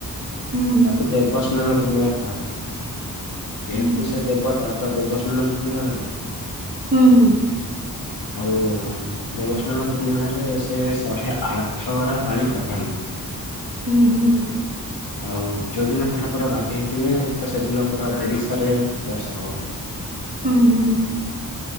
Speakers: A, on the right; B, on the left.
A: ହୁଁ
B: ତାକୁ ଦେବସ୍ନାନ ପୂର୍ଣ୍ଣିମା କୁହାଯାଏ,
A: ହୁଁ
B: ଯେହେତୁ ସେ ଦେବତା ତ ଦେବସ୍ନାନ ପୂର୍ଣ୍ଣିମା ନା ନୁହଁ?
A: ହୁଁ।
B: ଆଉ ଆଉ ଦେବସ୍ନାନ ପୂର୍ଣ୍ଣିମାରେ ସେ ଶହେ ଆଠଗରା ପାଣି ଗାଧାନ୍ତି।
A: ହୁଁ ହୁଁ।
B: ଆଉ ଯଦିନ ଠାକୁର ଗାଧେଇଥିବେ ତ ସେଦିନ ପୁରା ଓଡ଼ିଶାରେ ବର୍ଷା ହୁଏ।
A: ହୁଁ ହୁଁ।